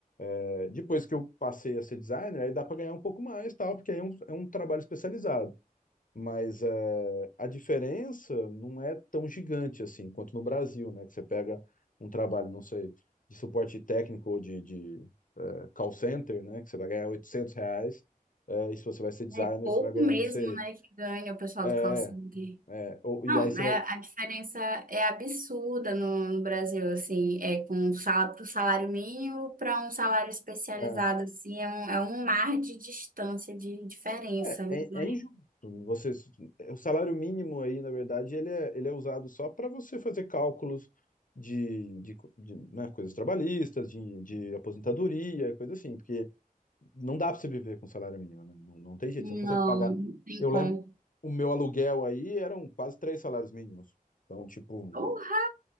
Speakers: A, on the left (about 60°); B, on the right (about 65°).
A: É, Depois que eu passei a ser designer, aí dá para ganhar um pouco mais, tal, porque aí é um, é um trabalho especializado. Mas é, a diferença não é tão gigante assim quanto no Brasil, né? Que você pega um trabalho, não sei, de suporte técnico ou de, de é, call center, né? Que você vai ganhar 800 reais. é, e se você vai ser designer,
B: é pouco
A: você vai ganhar,
B: mesmo,
A: não sei.
B: né, que ganha o pessoal
A: É,
B: do call center.
A: é, ou-
B: Não,
A: e aí você
B: é,
A: vai.
B: a diferença é absurda no, no Brasil, assim, é com sala para o salário mínimo para um salário especializado,
A: É,
B: assim, é um, é um mar de distância, de diferença,
A: é,
B: né?
A: é é injusto. Você, o salário mínimo aí, na verdade, ele é, ele é usado só para você fazer cálculos de, de, de, né, coisas trabalhistas, de, de aposentadoria, coisa assim, porque não dá para você viver com salário mínimo, né? Não, não tem jeito,
B: Não,
A: você não consegue pagar.
B: não tem
A: Eu
B: como.
A: lembro, o meu aluguel aí eram quase três salários mínimos. Então, tipo,
B: Porra!